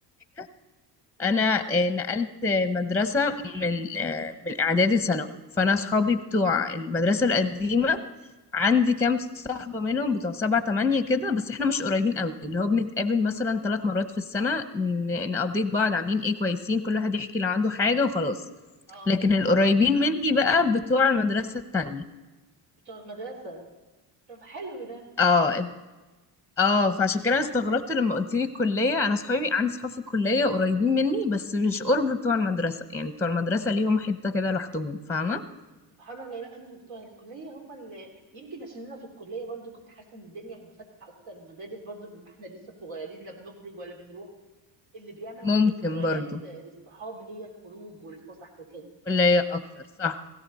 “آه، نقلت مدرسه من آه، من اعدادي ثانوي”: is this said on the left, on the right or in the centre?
Centre